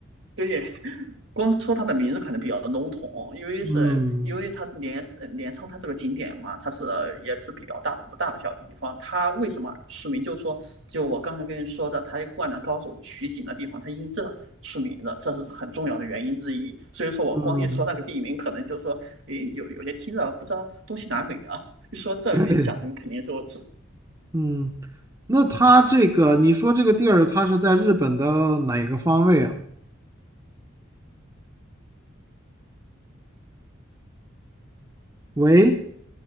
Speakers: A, on the right (about 65°); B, on the right (about 15°).
A: 对 <laughs> 光说它的名字可能比较笼统，因为是因为它镰镰仓它是个景点嘛，
B: 嗯
A: 它是也是比较大不大不小的地方。它为什么出名？就是说，就我刚才跟你说的，它《灌篮高手》取景的地方，它因这出名的，这是很重要的原因之一。所以说我光一说那个地名，
B: 嗯，
A: 可能就说，诶，有有些听着不知道东西南北啊。一说这，
B: 对，
A: 你想的你肯定说，
B: 嗯，那它这个你说这个地儿，它是在日本的哪个方位啊？喂，